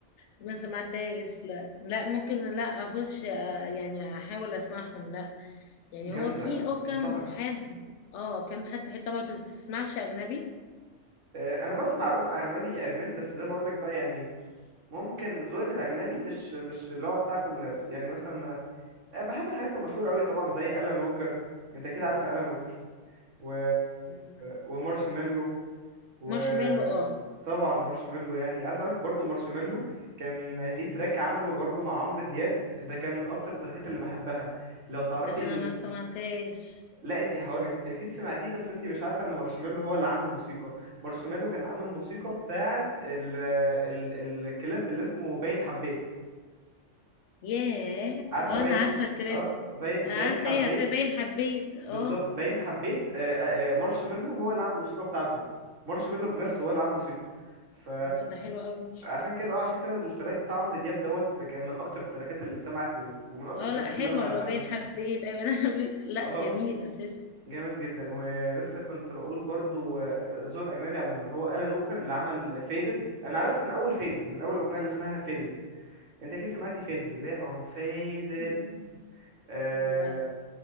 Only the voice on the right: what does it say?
جامدة
انصحك
آه، انا بسمع بسمع اجنبي اجنبي بس زي ما بقول لك بقى يعني ممكن ذوقي في الاجنبي مش مش اللي هو بتاع كل الناس يعني مثلا آه، بحب الحاجات المشهورة قوي طبعا زي الان ووكر انت كده عارف الان ووكر و
ومارشميلو وطبعا
مارشميلو يعني عايز اقولك برضه مارشميلو كان ليه تراك عمله برضه مع عمرو دياب ده كان من اكتر التراكات اللي بحبها لو تعرفي
لا انت هقولك انت اكيد سمعتيه بس انت مش عارفه ان مارشميلو هو اللي عامل موسيقى مارشميلو كان عامل موسيقى بتاعه ال ال الكليب اللي اسمه باين حبيت
عارفه
باين
اه باين
باين
حبيت
بالظبط باين حبيت آه، آه، آه، مارشميلو هو اللي عامل الموسيقى بتاعته مارشميلو بنفسه
هو اللي عامل موسيقى ف
عشان كده اه عشان كده التراك بتاع عمرو دياب دوت كان من اكتر التراكات اللي اتسمعت و- ومن اكتر
التراكات
اللي انا بحبها
اه
جامد جدا ولسه كنت بقول برضو آه، الذوق الاجنبي عموما هو ألان ووكر اللي عمل فيدد انا عرفت من اول فيدد من اول اغنيه اللي اسمها فيدد انت اكيد سمعتي فيدد اللي هي ام فيدد
أه